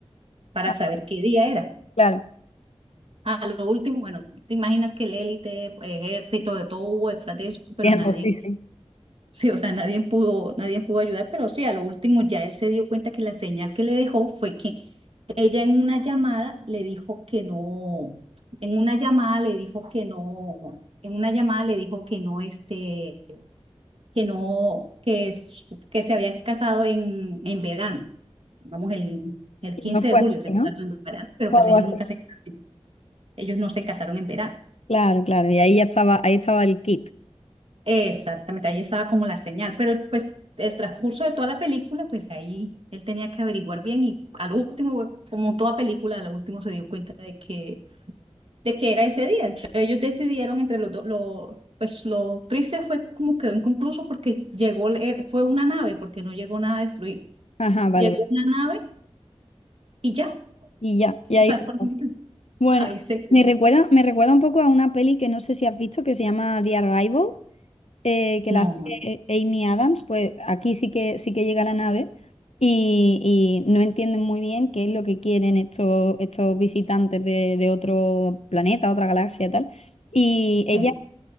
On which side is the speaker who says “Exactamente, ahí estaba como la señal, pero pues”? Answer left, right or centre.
Right